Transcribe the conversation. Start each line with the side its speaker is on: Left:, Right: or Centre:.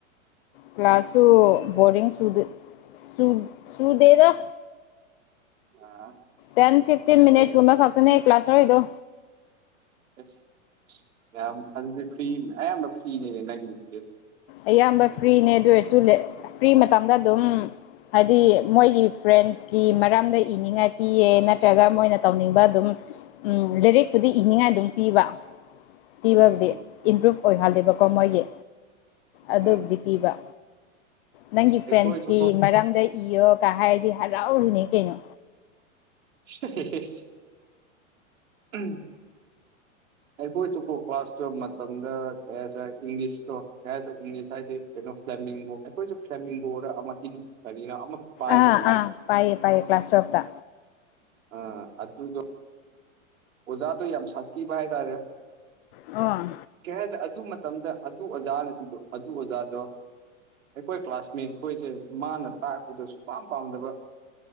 Left: ꯀ꯭ꯂ꯭ꯁꯨ ꯕꯣꯔꯤꯡ ꯁꯨ ꯆꯨꯗꯦꯗꯥ
Right: ꯑꯥ
Left: ꯇꯦꯟ ꯐꯤꯐꯇꯤꯟ
Right: ꯑꯁ
Left: ꯃꯤꯅꯤꯠꯁꯀꯨꯝꯕ
Right: ꯑꯩ
Left: ꯈꯛꯇꯅꯦ ꯀ꯭ꯂꯥꯁ ꯂꯧꯔꯤꯇꯣ
Right: ꯑꯁ ꯌꯥꯝ ꯑꯗꯨꯗꯤ ꯐ꯭ꯔꯤ ꯑꯌꯥꯝꯕ ꯐ꯭ꯔꯤꯅꯦꯅꯦ ꯅꯪꯁꯤꯗꯤ
Left: ꯑꯌꯥꯝꯕ ꯐ꯭ꯔꯤꯅꯦ ꯑꯗꯨ ꯑꯣꯏꯔꯁꯨ ꯐ꯭ꯔꯤ ꯃꯇꯝꯗ ꯑꯗꯨꯝ ꯍꯥꯏꯗꯤ ꯃꯣꯏꯒꯤ ꯐ꯭ꯔꯦꯟꯁꯀꯤ ꯃꯔꯝꯗ ꯏꯅꯤꯡꯉꯥꯏ ꯄꯤꯌꯦ ꯅꯠꯇ꯭ꯔꯒ ꯃꯣꯏꯅ ꯇꯧꯅꯤꯡꯕ ꯑꯗꯨꯝ ꯎꯝ ꯂꯥꯔꯤꯛꯄꯨꯗꯤ ꯏꯅꯤꯡꯉꯥꯏ ꯑꯗꯨꯝ ꯄꯤꯕ ꯄꯤꯕꯕꯨꯗꯤ
Right: ꯎꯝ
Left: ꯏꯝꯄ꯭ꯔꯨꯨꯞ ꯑꯣꯏꯍꯜꯂꯤꯕꯀꯣ ꯃꯣꯏꯒꯤ ꯑꯗꯨꯕꯨꯗꯤ
Right: ꯑꯥ
Left: ꯄꯤꯕ ꯅꯪꯒꯤ
Right: ꯑꯩꯈꯣꯏꯁꯨꯀꯣ
Left: ꯐ꯭ꯔꯦꯟꯁꯀꯤ ꯃꯔꯝꯗꯩ ꯏꯌꯣ ꯀꯥ ꯍꯥꯏꯥꯏꯗꯤ ꯍꯔꯥꯎꯔꯤꯅꯦ ꯀꯩꯅꯣ
Right: <unintelligible> <inaudible> ꯑꯩꯈꯣꯏ ꯆꯁꯨꯨꯞꯄꯨ ꯀ꯭ꯂꯥꯁ ꯇꯨꯌꯦꯞ ꯃꯇꯝꯗ ꯀꯩ ꯍꯥꯏꯗꯔꯦ ꯏꯪꯂꯤꯁꯇꯣ ꯀꯩ ꯍꯥꯏꯗꯔꯦ ꯏꯪꯂꯤꯁ ꯍꯥꯏꯗꯤ ꯀꯩꯅꯣ ꯐꯂꯦꯝꯃꯤꯡꯕ ꯑꯩꯈꯣꯏꯁꯨ ꯐꯂꯦꯝꯃꯤꯡꯕꯗ ꯑꯃ ꯏꯟ ꯀꯅꯤꯅ ꯑꯃ ꯄꯥꯏꯕꯅꯤꯅꯦ
Left: ꯑꯥ ꯑꯥ ꯄꯥꯏꯌꯦ ꯄꯥꯏꯌꯦ ꯀ꯭ꯂꯥꯁ ꯇꯋꯦꯜꯗ
Right: ꯑꯥ ꯑꯗꯨꯗꯣ ꯑꯣꯖꯥꯗꯣꯌꯥꯝ ꯁꯥꯆꯤꯕ ꯍꯥꯏ ꯇꯥꯔꯦ
Left: ꯍꯥ
Right: ꯀꯩ ꯍꯥꯏꯗ꯭ꯔꯦ ꯑꯗꯨ ꯃꯇꯝꯗ ꯑꯗꯨ ꯑꯣꯖꯥꯅꯗꯤꯗꯣ ꯑꯗꯨ ꯑꯣꯖꯥꯗꯣ ꯑꯩꯈꯣꯏ ꯀ꯭ꯂꯥꯁꯃꯦꯠ ꯈꯣꯏꯁꯦ ꯃꯥꯅ ꯇꯥꯛꯄꯗ ꯁꯨꯄꯥꯝ ꯄꯥꯝꯗꯕ